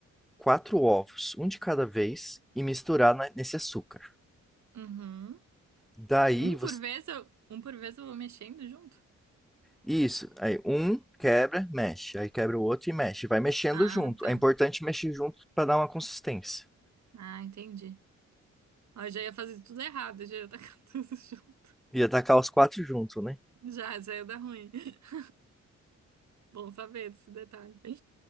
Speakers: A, in the centre; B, on the right.
A: quatro ovos, um de cada vez, e misturar na- nesse açúcar.
B: Uhum.
A: Daí
B: Um
A: você.
B: por vez eu, um por vez eu vou mexendo junto?
A: Isso. Aí um quebra, mexe. Aí quebra o outro e mexe. Vai mexendo
B: Ah,
A: junto.
B: tá.
A: É importante mexer junto para dar uma consistência.
B: Ah, entendi. Ó, eu já ia fazer tudo errado, já ia tacar <laughs> tudo junto.
A: E atacar os quatro junto, né?
B: Já, já ia dar ruim. <laughs> Bom saber desse detalhe.